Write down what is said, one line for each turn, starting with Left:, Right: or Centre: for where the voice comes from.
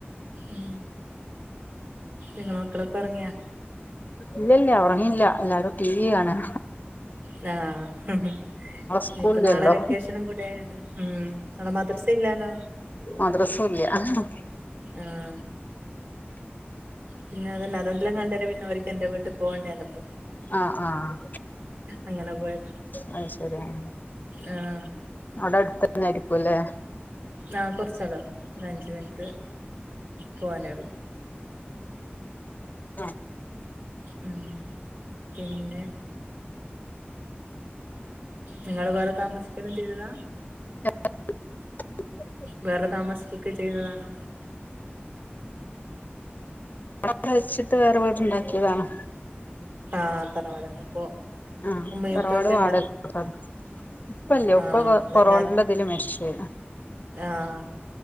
Right: ഉം ഇങ്ങളെ മക്കളൊക്കെ ഒറങ്ങിയാ
Left: ഇല്ലല്ല്യ ഒറങ്ങില്ല എല്ലാരും ടി വി കാണ
Right: ലാ ആഹ്
Left: സ്കൂളില്ലല്ലോ
Right: ഇപ്പൊ നാളെ വെക്കേഷനും കൂടെ ഇണ്ട് ഉം നാളെ മദർസയില്ലേലോ
Left: മദ്രസൂല്ല <inaudible>
Right: ആഹ് പിന്നെ അത് നദന്തലം <unintelligible> കണ്ടെര പിന്നെ അവർക്ക് എന്റെ വീട്ടി പോകെണ്ട അലമ്പ്
Left: അഹ് ആഹ്
Right: അങ്ങനെ പോയതാ
Left: അഹ് ശെരി ആഹ്
Right: ആഹ്
Left: ഔടെ അട്ത്തന്നെ ആയിരിക്കുലേ
Right: ആഹ് കൊറ്ചൊള്ളു ഒരഞ്ച് മിൻറ്റ് പോവാനേള്ളു
Left: ആഹ്
Right: ഉം പിന്നെ നിങ്ങള് വേറെ താമസിക്കലും ചെയ്തതാ
Left: <unintelligible>
Right: വേറെ താമസിക്കൊക്കെ ചെയ്തതാണോന്ന്
Left: ടെ വെച്ചിട്ട് വേറെ വീട് ഇണ്ടാക്കിയതാണ്
Right: ആഹ് തറവാടന്നെ അപ്പൊ
Left: ആഹ്
Right: ഉമ്മയും
Left: തറവാട്
Right: ഉപ്പയൊക്കെ
Left: വാടകക്ക്
Right: ഇണ്ടാ
Left: കൊട്ത്താണ് ഇപ്പല്യ
Right: ആഹ്
Left: ഇപ്പ കൊ കൊറോണണ്ടതില്
Right: എല്ലാരും
Left: മരിച്ച് പോയി
Right: ആഹ്